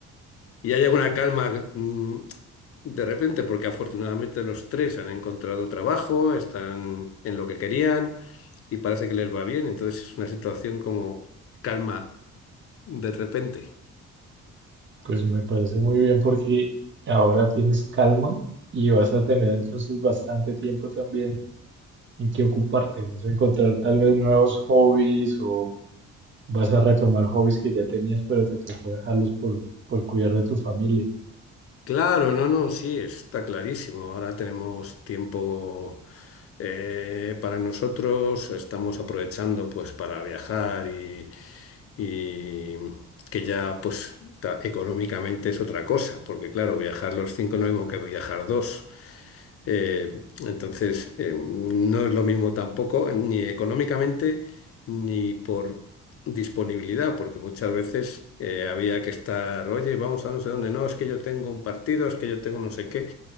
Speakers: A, on the left (about 50°); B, on the right (about 40°).
A: y hay alguna calma mm, de repente, porque afortunadamente los tres han encontrado trabajo, están en lo que querían y parece que les va bien. Entonces es una situación como calma de repente.
B: Pues me parece muy bien porque ahora tienes calma y vas a tener entonces bastante tiempo también en qué ocuparte. Vas a encontrar tal vez nuevos hobbies o vas a retomar hobbies que ya tenías, pero te tocó dejarlos por, por cuidar de tu familia.
A: Claro, no, no, sí, está clarísimo. Ahora tenemos tiempo eh, para nosotros, estamos aprovechando pues para viajar y, y que ya pues ta- económicamente es otra cosa, porque claro, viajar los cinco no es lo mismo que viajar dos. Eh, entonces, eh, no es lo mismo tampoco, eh, ni económicamente, ni por disponibilidad, porque muchas veces eh, había que estar, oye, vamos a no sé dónde, no, es que yo tengo un partido, es que yo tengo no sé qué.